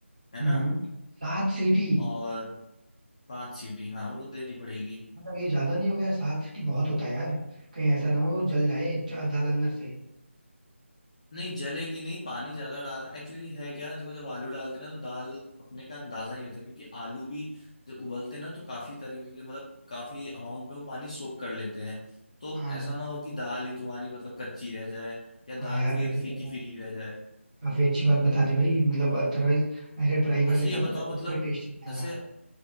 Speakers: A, on the left; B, on the right.
A: है
B: हम्म
A: ना
B: सात सीटी
A: और पांच सीटी हाँ वो तो देनी पड़ेगी
B: मतलब ये ज्यादा नहीं हो गया सात सीटी बहुत होता है यार कहीं ऐसा ना हो जल जाए चा- दाल अंदर से
A: नहीं जलेगी नहीं पानी ज्यादा डालना एक्चुअली है क्या ना देखो जब आलू डालते हैं ना तो दाल पकने का अंदाजा ही नहीं होता क्योंकि आलू भी जब उबलते हैं ना तो काफी तरीके के मतलब काफी अमाउंट में वो पानी सोख कर लेते हैं तो
B: हाँ
A: ऐसा ना हो कि दाल ही तुम्हारी मतलब कच्ची रह जाए या दाल
B: हाँ यार
A: फिर
B: ये तो
A: फीकी
B: तुमने
A: फीकी रह जाए
B: काफी अच्छी बात बता दी भाई मतलब अदरवाइज ऐसे ट्राई कर
A: अच्छा
B: लेता
A: ये
B: पता
A: बताओ
B: चलता
A: मतलब
B: भाई टेस्ट नहीं आ
A: ऐसे
B: रहा